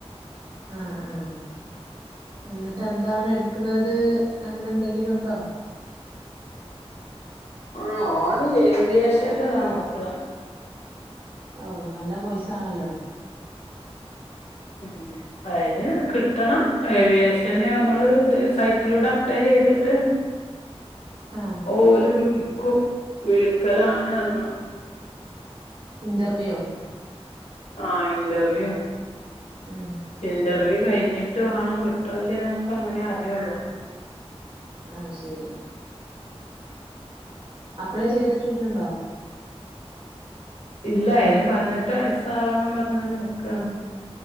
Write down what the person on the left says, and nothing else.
ആഹ് ഓന് ഏവിയേഷൻ്റതാ നോക്ക്ണ്
ഉം അയിന് കിട്ടണം ഏവിയേഷന് നമ്മള് ഇത് സൈറ്റിലൂട അപ്ലൈയ്തിട്ട്
ഓല് വിളി ക്കും വിളിക്കലാണ്റ്ഞ്ഞു
ആഹ് ഇന്റർവ്യൂ
ഇൻ്റർവ്യൂ കഴിഞ്ഞിട്ട് വാണം കിട്ടോല്ല്യെന്നൊക്കെ അങ്ങനേ അറിയൊള്ളൂ
ഇല്ല അയിന് പതിനെട്ട് വയസ്സാവണം പറഞ്ഞാണ്ട് നിക്കാണ്